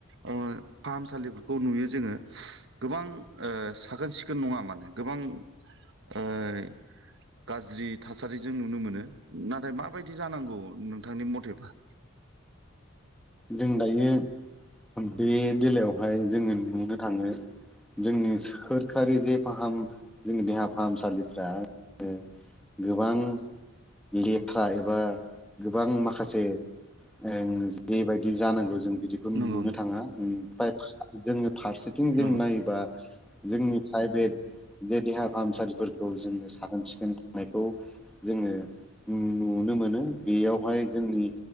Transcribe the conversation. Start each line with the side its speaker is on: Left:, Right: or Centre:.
Right: ओ फाहामसालिफोरखौ नु यो जोङो। गोबां ओ साखोन सिखोन नङा माने गोबां ओइ गाज्रि थासारि जों नुनो मोनो नाथाय माबायदि जानांगौ नोंथांनि मथेबा? <inaudible>
Centre: जों दायो बे बेलायावहाय जोंङो नुनो थांङो। जोंनि सोरखारि जे फाहाम जोंनि देहा फाहामसालिफ्रा ओ गोबां लेथ्रा एबा गोबां माखासे ओं जेबायदि जानांगौ जों बिदिखौ नुनो
Right: नंगौ
Centre: थांङा ओमफाय जोंङो फारसेथिं जों
Right: नंगौ
Centre: नायोबा जोंनि प्राइभेट बे देहा फाहाम सालिफोरखौ जोंङो साखोन सिखोन थानायखौ जोंङो नु नो मोनो बेयावहाय जोंनि